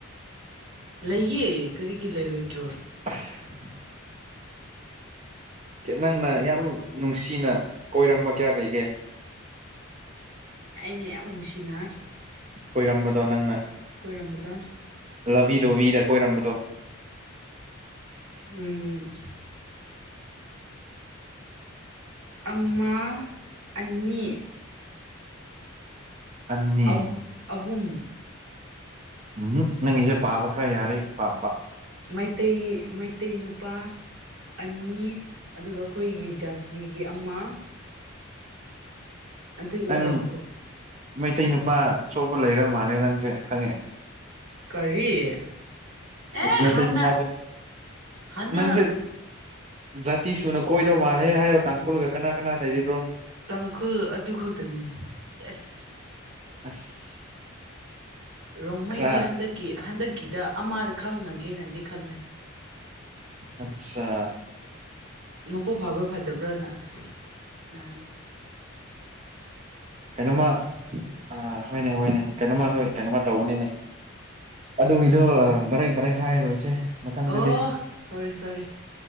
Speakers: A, on the right; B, on the right.
A: ꯂꯩꯌꯦꯦ ꯀꯔꯤꯒꯤ ꯂꯩꯔꯣꯏꯗ ꯇꯣ
B: ꯑꯁ ꯀ ꯅꯪꯅ ꯌꯥꯝ ꯅꯨꯡꯁꯤꯅ ꯀꯣꯏꯔꯝꯕ ꯀꯌꯥ ꯂꯩꯒꯦ
A: ꯑꯩꯅ ꯌꯥꯝ ꯅꯨꯡꯁꯤꯅ
B: ꯈꯣꯏꯔꯝꯕꯗꯣ ꯅꯪꯅ
A: ꯀꯣꯏꯔꯝꯕꯗ
B: ꯂꯕꯤꯗꯣ ꯕꯤꯗ ꯀꯣꯏꯔꯝꯕꯗꯣ
A: ꯎꯝ ꯑꯃ ꯑꯅꯤ
B: ꯑꯅꯤ
A: ꯑ ꯑꯍꯨꯝ
B: ꯎꯝ ꯅꯪꯒꯤꯁꯦ ꯄꯥꯕ ꯈꯔ ꯌꯥꯔꯦ ꯄꯥ ꯄ
A: ꯃꯩꯇꯩ ꯃꯩꯇꯩ ꯅꯨꯄꯥ ꯑꯅꯤ ꯑꯗꯨꯒ ꯑꯩꯈꯣꯏꯒꯤ ꯖꯥꯇꯤꯒꯤ ꯑꯃ ꯑꯗꯨꯒ
B: ꯅꯪ
A: ꯇꯝꯀꯣ
B: ꯃꯩꯇꯩ ꯅꯨꯄꯥ ꯆꯣꯄ ꯂꯩꯔ ꯃꯥꯜꯂꯦ ꯅꯪꯁꯦ ꯈꯪꯉꯦ
A: ꯀꯔꯤꯌꯦ ꯑꯦ
B: ꯃꯩꯇꯩ
A: ꯍꯅ
B: ꯅꯨꯄꯥꯁꯦ
A: ꯍꯅ
B: ꯅꯪꯁꯦ ꯖꯥꯇꯤ ꯁꯨꯅ ꯀꯣꯏꯗꯧ ꯃꯥꯜꯂꯦ ꯍꯥꯏꯔꯣ ꯇꯥꯡꯈꯨꯜꯒ ꯀꯅꯥ ꯀꯅꯥ ꯂꯩꯔꯤꯕ꯭ꯔꯣ
A: ꯇꯥꯡꯈꯨꯜ ꯑꯗꯨ ꯈꯛꯇꯅꯤꯅꯦ ꯌꯦꯁ
B: ꯑꯁ
A: ꯔꯣꯡꯃꯩꯗꯤ
B: ꯈꯔ
A: ꯍꯟꯗꯛꯀꯤ ꯍꯟꯗꯛꯀꯤꯗ ꯑꯃꯗ ꯈꯪꯉꯒꯦꯅꯗꯤ ꯈꯜꯂꯦ
B: ꯑꯆꯥ
A: ꯃꯄꯨ ꯐꯥꯕ꯭ꯔꯥ ꯐꯗꯕ꯭ꯔꯥꯅ ꯑꯥ
B: ꯀꯩꯅꯣꯃ ꯑ ꯍꯣꯏꯅꯦ ꯍꯣꯏꯅꯦ ꯀꯩꯅꯣꯃ ꯑꯗꯨ ꯀꯩꯅꯣꯃ ꯇꯧꯕꯅꯤꯅꯦ ꯑꯗꯨꯒꯤꯗꯣ ꯗꯥꯔ ꯐꯔꯦꯛ ꯍꯥꯏꯔꯣꯏꯁꯦ ꯃꯊꯪꯗꯗꯤ
A: ꯑꯣ ꯁꯣꯔꯤ ꯁꯣꯔꯤ